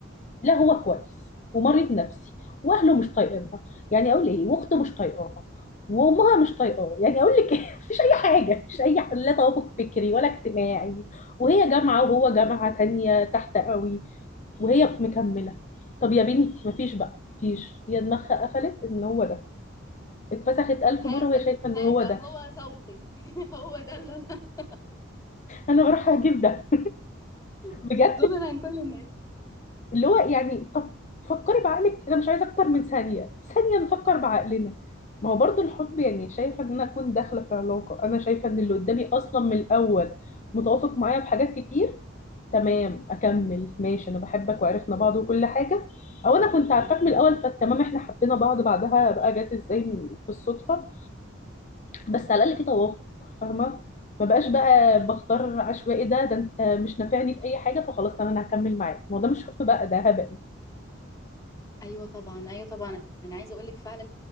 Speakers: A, on the left; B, on the left.
A: لا هو كويس ومريض نفسي واهله مش طايقينها يعني اقول ايه واخته مش طايقاها وامها مش طايقاه يعني اقول لك إيه؟ <laughs> مفيش اي حاجه مفيش اي ح- لا توافق فكري ولا اجتماعي وهي جامعه وهو جامعه تانية تحت قوي وهي مكمله طب يا بنتي مفيش بقى مفيش هي دماغها قفلت ان هو ده اتفسخت الف
B: هذا
A: مره وهي شايفه ان
B: هذا
A: هو ده
B: هو ذوقي <laughs> هو ده اللي أنا <laughs>
A: انا بروح اجيب ده
B: من
A: بجد
B: دون عن كل الناس
A: اللي هو يعني طب فكري بعقلك انا مش عايزه اكتر من ثانيه ثانيه نفكر بعقلنا ما هو برضو الحب يعني شايفه ان انا اكون داخله في علاقه انا شايفه ان اللي قدامي اصلا من الاول متوافق معايا في حاجات كتير تمام اكمل ماشي انا بحبك وعرفنا بعض وكل حاجه او انا كنت عارفاك من الاول فتمام احنا حبينا بعض بعدها بقى جت ازاي بالصدفه بس على الاقل في توافق فاهمه ما بقاش بقى
B: أيوه
A: بختار عشوائي ده ده انت مش نافعني في اي حاجه فخلاص تمام انا هكمل معاك ما هو ده مش حب بقى ده هبل
B: أيوه طبعًا، أيوه طبعًا، أنا عايزة أقول لِك فعلًا